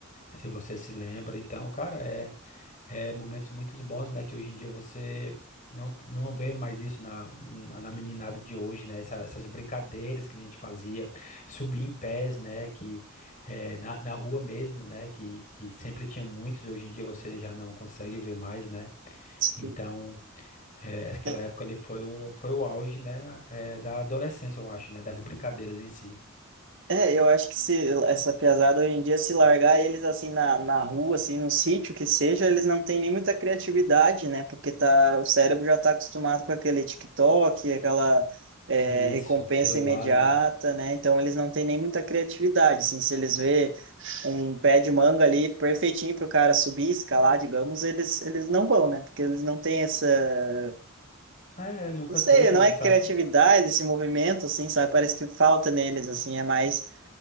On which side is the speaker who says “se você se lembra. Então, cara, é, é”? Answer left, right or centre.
Left